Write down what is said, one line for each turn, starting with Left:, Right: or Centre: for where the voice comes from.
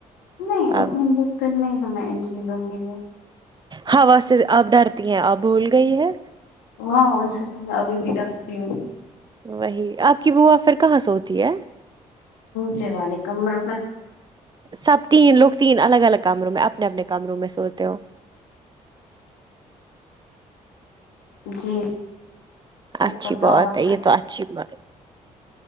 Left: نہیں اتنی
Right: آپ
Left: بکت نہیں کرنا ان چیزوں کے لیے
Right: ہا سے آپ ڈرتی ہیں آپ بھول گئی ہے
Left: وہاں ان سے تو میں ابھی بھی ڈانٹتی ہوں
Right: وہی آپ کی با پھر کہاں سے ہوتی ہے
Left: پھے والے کمر میں
Right: سب تین لوگ تین الگ الگ کمروں میں اپنے اپنے کمروں میں سوتے ہو
Left: جی اوپر
Right: اچھی
Left: ٹاور
Right: بات ہے
Left: پہ
Right: یہ تو اچھی بات